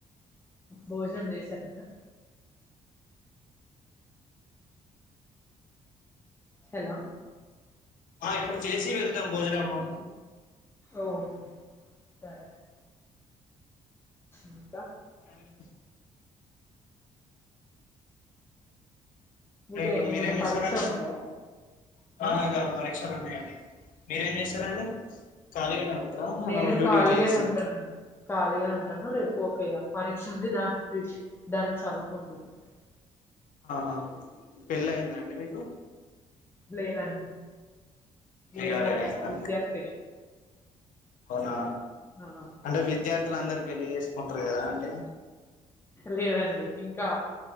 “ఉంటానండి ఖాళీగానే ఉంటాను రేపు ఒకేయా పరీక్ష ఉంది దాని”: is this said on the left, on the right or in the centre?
Left